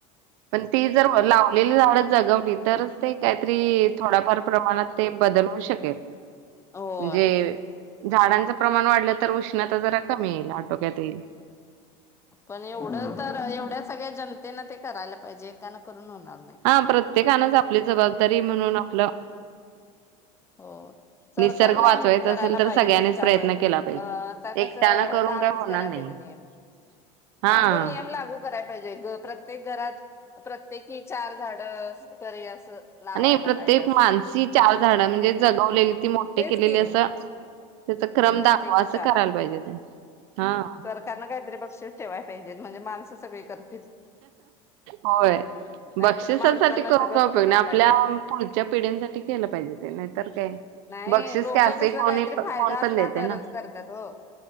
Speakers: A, on the right; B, on the left.
A: पण ती जर लावलेली झाडं जगवली तरच ते काहीतरी थोडाफार प्रमाणात ते बदलवू शकेल
B: होय
A: म्हणजे झाडांचं प्रमाण वाढलं तर उष्णता जरा कमी येईल आटोक्यात येईल.
B: पण एवढं तर एवढ्या सगळ्या जनतेन ते करायला पाहिजे एकानां करून होणार नाही.
A: हा प्रत्येकानच आपली जबाबदारी म्हणून आपलं
B: हो. सरकारन
A: निसर्ग वाचवायचा
B: हेच करायला
A: असेल तर
B: पाहिजे
A: सगळ्यांनीच
B: त्यांच्यावर
A: प्रयत्न केला पाहिजे
B: अ ता कसं
A: एकट्यानं करून
B: लागूच
A: काय होणार
B: करायला
A: नाही.
B: पाहिजे नियम.
A: <inaudible> हा
B: नाय तो नियम लागू कराय पाहिजे ग प्रत्येक घरात प्रत्येकी चार झाड असं लावायला
A: आणि प्रत्येक
B: पाहिजे असं.
A: मानसी चार झाडं म्हणजे जगवलेली ती मोठे
B: तेच
A: केलेली
B: की
A: असं त्याच क्रम
B: प्रत्येकी
A: दाखवा असं करायला पाहिजे हा.
B: सरकारला काहीतरी बक्षीस ठेवाय पाहिजे म्हणजे माणसं सगळी करतील.
A: होय
B: नाहीतर
A: बक्षिसासाठी
B: माणसांना
A: कर
B: सगळं फुकटच
A: आपल्या
B: पाहिजे असतं.
A: पुढच्या पिढीसाठी केलं पाहिजे ते नाहीतर काय
B: नाही
A: बक्षीस
B: लोक
A: काय असे
B: कसं
A: कोणी
B: काहीतरी
A: कोण
B: फायदा
A: पण
B: असला
A: देतय
B: तरच
A: ना?
B: करतात हो.